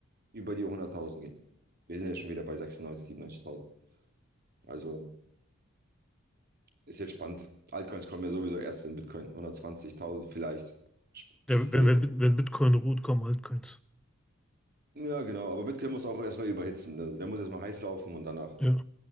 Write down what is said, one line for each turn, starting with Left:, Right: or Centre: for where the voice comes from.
Right: über die 100.000 gehen. Wir sind jetzt schon wieder bei 96, 97.000. Also ist jetzt spannend. Altcoins kommen ja sowieso erst, wenn Bitcoin 120.000 vielleicht sp-
Centre: Der,
Right: spekuliert.
Centre: wenn, wenn, wenn Bitcoin ruht, kommen Altcoins.
Right: Ja, genau. Aber Bitcoin muss auch erstmal überhitzen. ne? Der muss erstmal heiß laufen und danach.
Centre: Ja.